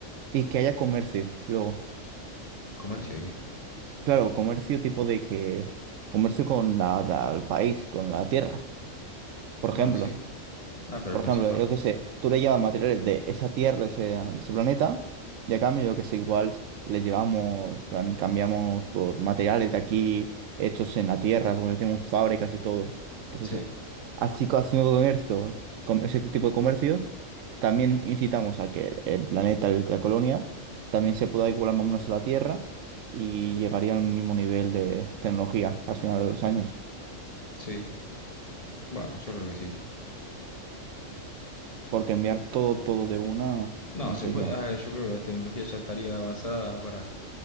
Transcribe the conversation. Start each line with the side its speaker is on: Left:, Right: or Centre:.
Right: Y que haya comercio, luego.
Left: ¿Comercio de qué?
Right: Claro, comercio tipo de que... Comercio con la, la- el país, con la tierra, por ejemplo.
Left: Bueno, sí. Ah, pero
Right: Por
Left: al principio.
Right: ejemplo, yo qué sé, tú le llevas materiales de esa Tierra, de ese, de ese planeta, y a cambio, yo que sé, igual le llevamos, en plan, cambiamos por materiales de aquí hechos en la Tierra, porque tenemos fábricas y todo. Entonces,
Left: Sí,
Right: eh, así co- haciendo comercio, con ese tipo de comercio, también incitamos a que el planeta, el- la colonia, también se pueda igualar más o menos a la Tierra y llegaría al mismo nivel de tecnología al final de los años.
Left: sí. Bueno, yo creo que sí.
Right: Porque enviar todo, todo de una,
Left: No,
Right: no
Left: se
Right: sé
Left: puede.
Right: yo.
Left: ah, yo creo que la tecnología ya estaría avanzada para